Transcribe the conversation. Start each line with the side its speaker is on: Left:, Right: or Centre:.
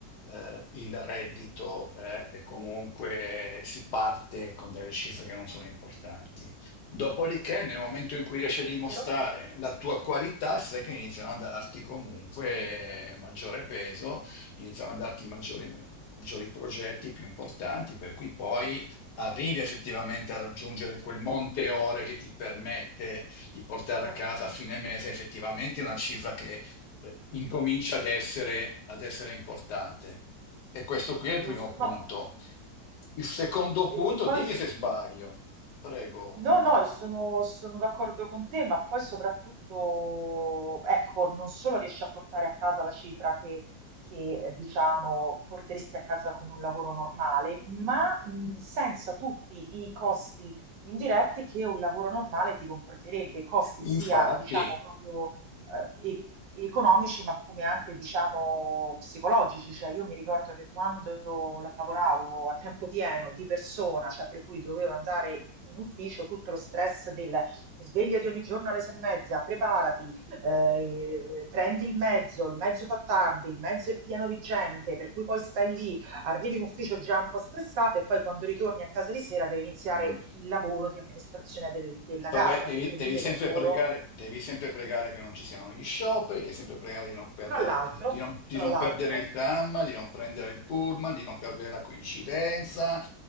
Left: eh, il reddito, eh, è comunque si parte con delle cifre che non sono importanti. Dopodiché, nel momento in cui riesci a dimostrare
Right: È vero?
Left: la tua qualità, sai che iniziano a darti comunque maggiore peso, iniziano a darti maggiori, maggiori progetti più importanti, per cui poi arrivi effettivamente a raggiungere quel monte ore che ti permette di portare
Right: Certo,
Left: a casa a fine mese effettivamente una cifra che eh, incomincia ad essere, ad essere importante. E questo qui è il
Right: giusto.
Left: primo punto.
Right: No,
Left: Il secondo punto,
Right: e, e poi
Left: dimmi
Right: s-
Left: se sbaglio, prego.
Right: No, no, sono, sono d'accordo con te, ma poi soprattutto, ecco, non solo riesci a portare a casa la cifra che, che, eh, diciamo, porteresti a casa con un lavoro normale, ma mh, senza tutti i costi indiretti che un lavoro normale ti comporterebbe, costi
Left: Infatti,
Right: sia, diciamo, proprio eh, e- economici, ma come anche, diciamo, psicologici. Cioè, io mi ricordo che quando lavoravo a tempo pieno di persona, cioè per cui dovevo andare in ufficio, tutto lo stress del svegliati ogni giorno alle sei e mezza, preparati, eh, prendi il mezzo, il mezzo fa tardi, il mezzo è pieno di gente, per cui poi stai lì, arrivi in ufficio già un po' stressato e poi quando ritorni a casa di sera deve iniziare
Left: Mm.
Right: il lavoro di amministrazione del- della
Left: Pre-
Right: casa,
Left: devi,
Right: che per
Left: devi
Right: vive
Left: sempre
Right: da solo
Left: pregare, devi sempre pregare che non ci siano gli scioperi, devi sempre pregare di non perdere,
Right: Tra l'altro,
Left: di, di non, di
Right: tra
Left: non
Right: l'altro,
Left: perdere il tram, di non prendere il pullman, di non perdere la coincidenza,